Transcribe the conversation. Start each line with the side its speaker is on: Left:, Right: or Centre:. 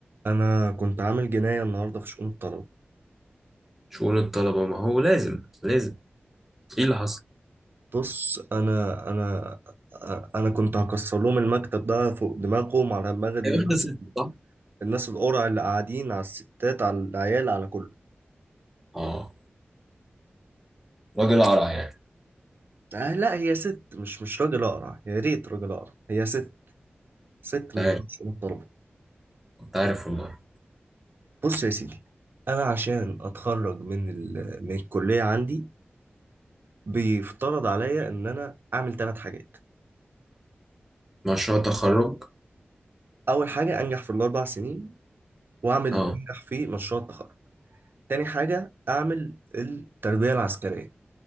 Right: انا كنت عامل جناية النهاردة في شؤون الطلبة
Centre: شؤون الطلبة ما هو لازم لازم ايه اللي حصل؟
Right: بص انا انا انا كنت هكسر لهم المكتب ده فوق دماغهم على دماغ الناس
Centre: هي واخدة ست صح؟
Right: الناس القرع اللي قاعدين على الستات على العيال على كله
Centre: اه راجل قرع يعني
Right: آه لا هي ست مش مش راجل اقرع يا ريت راجل اقرع هي ست ست
Centre: كنت
Right: من
Centre: عارف
Right: بتوع شؤون الطلبة
Centre: كنت عارف والله
Right: بص يا سيدي انا عشان اتخرج من ال... من الكلية عندي بيفترض عليا ان انا اعمل ثلاث حاجات
Centre: مشروع تخرج
Right: اول حاجة انجح في الاربع سنين واعمل
Centre: اه
Right: وانجح في مشروع التخرج تاني حاجة أعمل التربية العسكرية